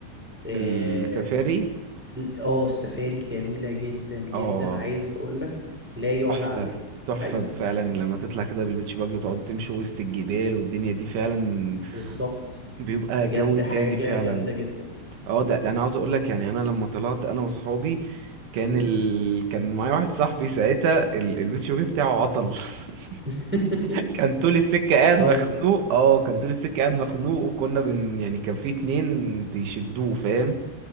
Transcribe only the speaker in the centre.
اه
آه، السفاري جميلة جدا جدا
عايز اقولك لا يعلى
عليها
حقيقي
بالظبط
بجد
حاجة
جامدة جدا
مم.
<laughs>
بتهزر